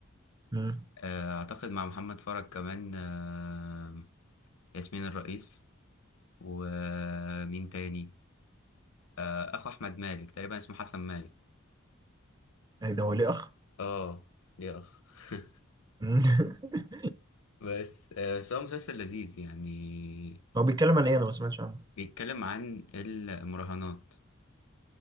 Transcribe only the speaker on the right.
امم
ايه ده هو ليه أخ؟
مم. <laughs>
هو بيتكلم عن إيه أنا ما سمعتش عنه؟